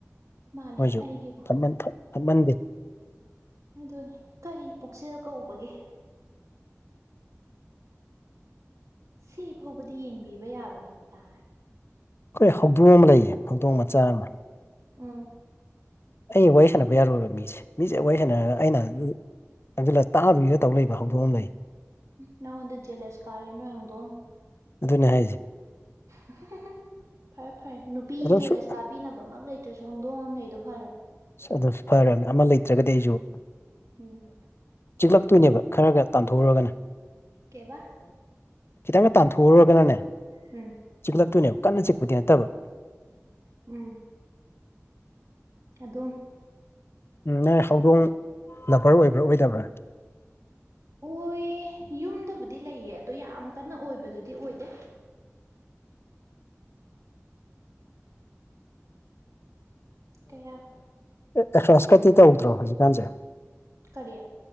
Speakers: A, on the right (about 75°); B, on the left (about 50°).
A: ꯃꯥꯅꯦ
B: ꯃꫭꯏꯁꯨ
A: ꯑꯩꯒꯤꯕꯨ
B: ꯐꯠꯃꯟ ꯐꯠ‌ ꯐꯠꯃꯟꯗꯦ
A: ꯑꯗꯨꯅꯤ ꯀꯔꯤ ꯄꯨꯛꯆꯦꯜ ꯀꯧꯕꯒꯦ ꯁꯤ ꯐꯥꯎꯕꯗꯤ ꯌꯦꯡꯕꯤꯕ ꯌꯥꯕꯅꯤ ꯇꯥ
B: ꯈꯣꯏ ꯍꯧꯗꯣꯡ ꯑꯃ ꯂꯩꯌꯦ ꯍꯧꯗꯣꯡ ꯃꯆꯥ ꯑꯃ
A: ꯎꯝ
B: ꯑꯩ ꯋꯥꯔꯤ ꯁꯥꯟꯅꯕ ꯌꯥꯔꯣꯏꯕ ꯃꯤꯁꯦ ꯃꯤꯁꯦ ꯋꯥꯔꯤ ꯁꯥꯟ ꯑꯩꯅ ꯆꯪꯖꯜꯂ ꯇꯥꯗꯣꯢꯗ ꯇꯧ ꯂꯩꯕ ꯍꯧꯗꯣꯛ ꯑꯃ ꯂꯩ꯫
A: ꯅꯪꯉꯣꯟꯗ ꯖꯦꯂꯦꯁ ꯀꯥꯔꯦ ꯅꯣꯏ ꯍꯪꯗꯣꯡ
B: ꯑꯗꯨꯅꯦ ꯍꯥꯏꯁꯦ
A: <unintelligible> ꯐꯔꯦ ꯐꯔꯦ ꯅꯨꯄꯤ
B: ꯑꯗꯨꯝ
A: ꯖꯦꯂꯦꯁ
B: ꯁꯨ
A: ꯀꯥꯕꯤꯅꯕꯃꯛ ꯂꯩꯇꯦ ꯂꯩꯇꯔꯁꯨ ꯍꯧꯡꯗꯣꯡ ꯑꯃ ꯂꯩꯩꯗꯣ ꯐꯔꯝꯅꯤ
B: ꯑ ꯑꯗꯨ ꯐꯔꯅꯤ ꯑꯃ ꯂꯩꯇ꯭ꯔꯒꯗꯤ ꯑꯩꯁꯨ
A: ꯎꯝ
B: ꯆꯤꯛꯂꯛꯇꯣꯏꯅꯦꯕ ꯈꯔ ꯈꯔ ꯇꯥꯟꯊꯣꯛꯎꯔꯒꯅ
A: ꯀꯦꯕ
B: ꯈꯤꯇꯪꯒ ꯇꯥꯟꯊꯣꯛꯎꯔꯒꯅꯅꯦ
A: ꯎꯝ
B: ꯆꯤꯛꯂꯛꯇꯣꯏꯅꯦꯕ ꯀꯟꯅ ꯆꯤꯛꯄꯗꯤ ꯅꯠꯇꯕ
A: ꯎꯝ ꯑꯗꯨꯝ
B: ꯅꯪ ꯍꯧꯗꯣꯡ ꯂꯕꯔ ꯑꯣꯏꯕ꯭ꯔꯥ ꯑꯣꯏꯗꯕ꯭ꯔꯥ꯫
A: ꯑꯣꯏ ꯌꯨꯝꯗꯕꯨꯗꯤ ꯂꯩꯌꯦ ꯑꯗꯣ ꯌꯥꯝ ꯀꯟꯅ ꯑꯣꯏꯕꯗꯨꯗꯤ ꯑꯣꯏꯗꯦ ꯀꯌꯥ
B: ꯑꯦꯛꯁꯥꯢꯁꯀꯗꯤ ꯇꯧꯗ꯭ꯔꯣ ꯍꯧꯖꯤꯛꯀꯥꯟꯁꯦ
A: ꯀꯔꯤ